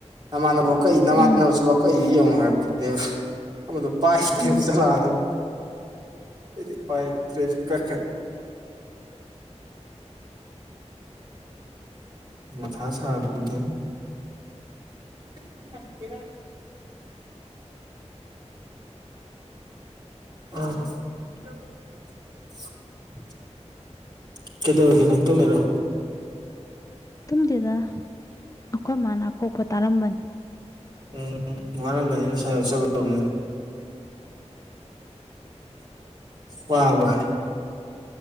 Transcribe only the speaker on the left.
ꯎꯝ
ꯎꯝ
ꯇꯨꯝꯗꯨꯗ ꯑꯩꯈꯣꯏ ꯃꯥꯅ ꯑꯀꯣꯛꯄ ꯇꯥꯔꯝꯕꯅꯤ